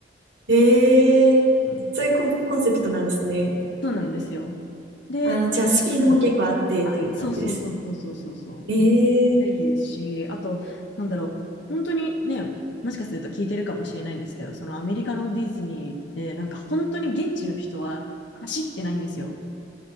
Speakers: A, on the right; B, on the left.
A: ええそういうコン、
B: うん、
A: コンセプトなんですね。
B: そうなんですよ。で、
A: ああ、じゃあスピードも結構あってという感じですね。
B: うん、あ、そうそうそうそうそうそうそう。
A: ええ
B: い、いいですし、あと、なんだろう、本当にね、もしかすると聞いてるかもしれないんですけど、そのアメリカのディズニーって、なんか本当に現地の人は走ってないんですよ。